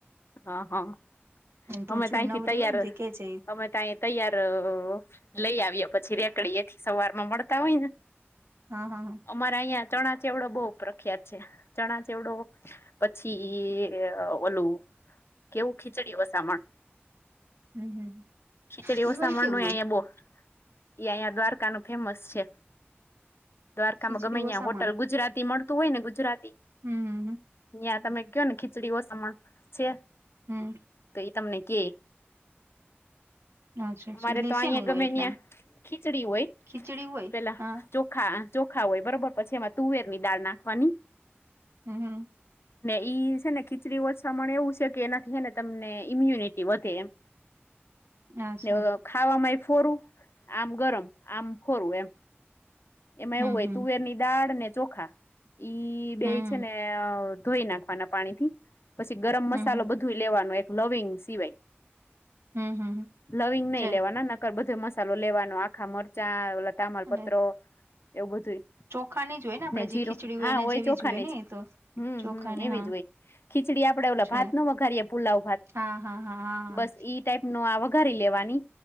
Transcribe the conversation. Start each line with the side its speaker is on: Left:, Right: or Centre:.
Left: હ હા
Right: તું
Left: અમે
Right: જો
Left: તઈથી
Right: નવરી
Left: તૈયાર
Right: હોય ને તો કે જે
Left: અમે તઈ તૈયાર લઈ આવીએ પછી રેકડી એથી સવાર માં મળતા હોય ન
Right: હા હા હા
Left: અમારા અહિયાં ચણા ચેવડો બહુ પ્રખ્યાત છે ચણા ચેવડો. પછી એ ઓલું. કેવું ખીચડી વસામણ.
Right: હમ હમ
Left: શીચડીઓ
Right: ઈ
Left: સામણ
Right: વરી કેવું
Left: ન
Right: હોય
Left: અયાબો. ઈ અંયા દ્વારકા નું ફેમસ છે દ્વારકામાં
Right: ખીચડી
Left: ગમે
Right: ઓસામણ
Left: અહં હોટલ ગુજરાતી મળ તુ હોય ને ગુજરાતી
Right: હમ્મ
Left: ત્યાં તમે કયો ને ખીચડી ઓસ છે
Right: હમ્મ
Left: ઈ તમને કે
Right: અચ્છા અચ્છા
Left: અમારે
Right: એટલે
Left: તો
Right: ઈ શેનું
Left: ઐયા ગમે
Right: હોય એટલે
Left: ન્યા
Right: આમ
Left: ખીચડી હોય
Right: ખીચડી હોય
Left: પેલા
Right: હા
Left: ચો ખા ચોખા હોય બરોબર પછી એમાં તુવેરની દાળ નાખવાની
Right: હમ્મ હમ્મ
Left: ને ઈ છે ને ખીચડી ઓછા માણે એવું છે કે એનાથીને હેને તમને ઈમ્યુનિટી વધે એમ
Right: અચ્છા
Left: નેવવ ખાવામાં એ ફોરું આમ ગરમ આમ ફોરું એમ એમાં
Right: હમ
Left: એવું હોય
Right: હમ
Left: તુવેર ની દાળ ને ચોખા ઈ બે
Right: હમ
Left: છે ને ધોઈ નાખવાના પાણી. થી પછી ગરમ
Right: હમ
Left: મસાલો
Right: હમ
Left: બધું લેવાનો એક લવિંગ સિવાય.
Right: હમ હમ
Left: લવિંગ નહી
Right: છે
Left: લેવાના નકર બધો મસાલો લેવાનો આખા મરચા ઓ તામલ
Right: એટલે
Left: પ. એવું બધું
Right: ચોખાની જ હોય આપડે
Left: ને
Right: જે
Left: જીર
Right: ખીચડી
Left: હા
Right: એના
Left: હોય
Right: જેવી
Left: ચોખાનીજ.
Right: જ ને એ તો
Left: હમ
Right: ચોખાની
Left: હમ એવીજ
Right: હા
Left: હોય ખીચડી આપડે ઓ
Right: છે
Left: ભાત ન વઘારીએ પુલાવ ભાત
Right: હા હા હા હા હા
Left: બસ ઈ. ટાઈપ ન આ વઘારી લેવાની